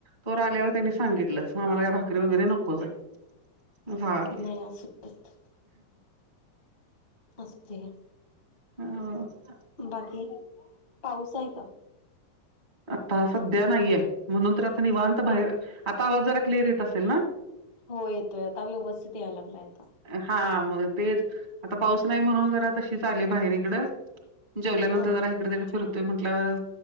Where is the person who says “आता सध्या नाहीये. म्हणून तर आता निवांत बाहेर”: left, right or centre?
Right